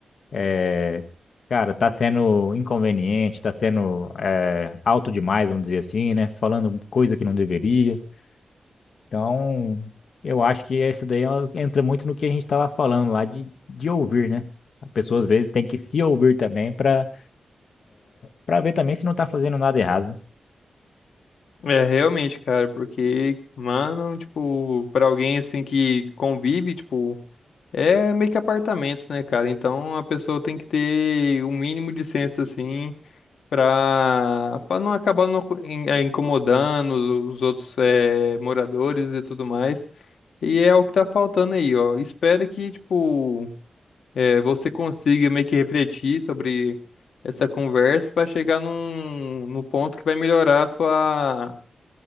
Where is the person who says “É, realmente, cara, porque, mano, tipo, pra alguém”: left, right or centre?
Left